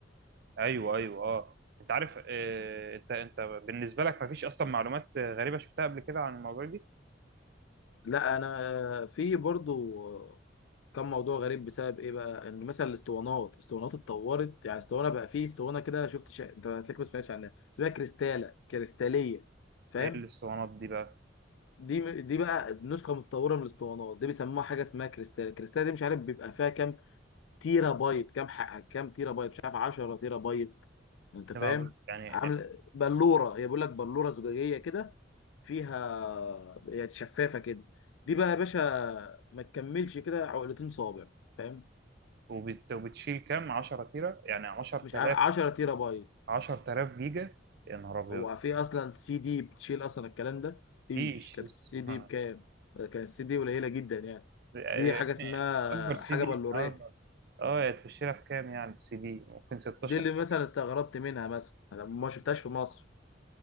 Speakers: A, on the right (about 55°); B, on the left (about 75°).
A: ايوه ايوه اه انت عارف آه، انت انت بالنسبه لك مفيش اصلا معلومات غريبه شفتها قبل كده عن الموضوع دي
B: لا انا في برضه كان موضوع غريب بسبب ايه بقى ان مثلا الاسطوانات الاسطوانات اتطورت يعني اسطوانه بقى فيه اسطوانه كده شفت شا... انت هتلاقيك ما سمعتش عنها اسمها كريستاله كريستاليه فاهم
A: ايه الاسطوانات دي بقى
B: دي دي بقى نسخه متطوره من الاسطوانات دي بيسموها حاجه اسمها كريستاله الكريستاله دي مش عارف بيبقى فيها كام تيرا بايت كام حق كام تيرا بايت مش عارف 10 تيرا بايت انت فاهم
A: طبعاً يعني
B: عامل بلوره هي بيقول لك بلوره زجاجيه كده فيها هي شفافه كده دي بقى يا باشا ما تكملش كده عقلتين صابع فاهم
A: وبت- وبتشيل كام 10 تيره يعني 10000
B: مش عارف 10 تيرا بايت
A: 10000 جيجا يا نهار ابيض
B: هو في اصلا سي دي بتشيل اصلا الكلام ده مفيش
A: مفيش
B: كانت السي دي
A: <laughs>
B: بكام كانت السي دي قليله جدا يعني
A: آه،
B: دي حاجه اسمها
A: يعني اكبر سي
B: حاجه
A: دي
B: بلوريه
A: النهارده اه تخش لها في كام يعني السي دي ممكن 16
B: دي اللي مثلا
A: جيجا
B: استغربت منها مثلا انا ما شفتهاش في مصر